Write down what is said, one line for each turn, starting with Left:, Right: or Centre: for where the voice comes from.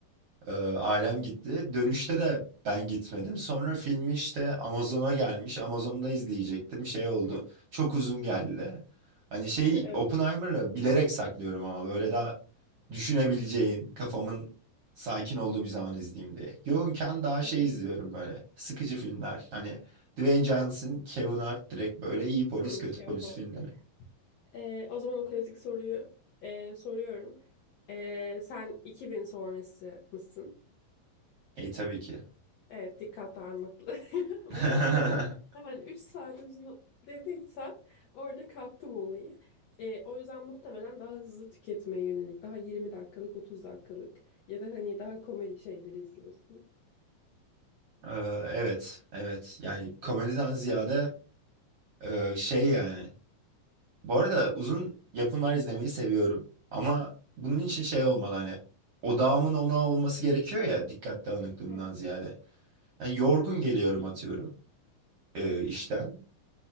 Right: Ee, ailem gitti. Dönüşte de ben gitmedim. Sonra film işte Amazon'a gelmiş. Amazon'da izleyecektim. Şey oldu.
Left: <laughs>
Right: Çok uzun geldi. Hani şey
Left: Evet.
Right: Oppenheimer'ı bilerek saklıyorum ama böyle daha düşünebileceğim, kafamın sakin olduğu bir zaman izleyeyim diye. Yoğunken daha
Left: Ehem.
Right: şey izliyorum böyle sıkıcı filmler. Hani Dwayne Johnson, Kevin Hart direkt böyle iyi polis,
Left: Hmm,
Right: kötü
Left: Kevin
Right: polis
Left: Hart.
Right: filmleri.
Left: Ee, o zaman o klasik soruyu e, soruyorum. Ee, sen 2000 sonrası mısın?
Right: E tabii ki.
Left: Evet, dikkat dağınıklığı. <laughs>
Right: <laughs>
Left: Muhtemelen yani 3 saat uzun dediysen orada kaptım olayı. Ee, o yüzden muhtemelen daha hızlı tüketmeye yönelik, daha 20 dakikalık, 30 dakikalık ya da hani daha komedi şeyleri izliyorsun.
Right: Ee, Evet, evet. Yani komediden ziyade e, şey yani. Bu arada uzun yapımlar izlemeyi seviyorum. Ama bunun için şey olmalı hani. Odağımın ona olması gerekiyor ya dikkat dağınıklığından
Left: Evet.
Right: ziyade. Yani yorgun geliyorum atıyorum e, işten.